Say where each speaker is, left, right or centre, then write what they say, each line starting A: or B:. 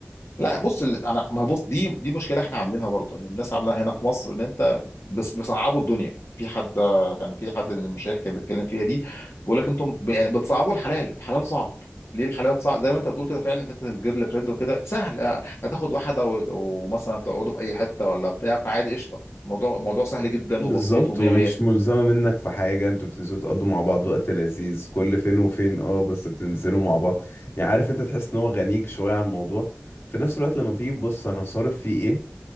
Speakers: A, on the left; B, on the left.
A: لا بص ال- انا ما بص دي دي مشكله احنا عاملينها برضه ان الناس عاملاها هنا في مصر ان انت بس بيصعبوا الدنيا في حد كان في حد من المشايخ كان بيتكلم فيها دي بيقول لك انتم ب- يعني بتصعبوا الحلال الحلال صعب ليه الحلال صعب زي ما انت بتقول كده فعلا حته الجيرل فريند وكده سهل آه، هتاخد واحده وت- ومثلا تقعدوا في اي حته ولا بتاع فعادي قشطه الموضوع موضوع سهل جدا
B: بالظبط
A: وبسيط ومية
B: ومش
A: مية
B: ملزمة منك في حاجة انتوا بتنزلوا تقضوا مع بعض وقت لذيذ كل فين وفين اه بس بتنزلوا مع بعض يعني عارف انت تحس ان هو غنيك شوية عن الموضوع في نفس الوقت لما تيجي تبص انا صارف فيه ايه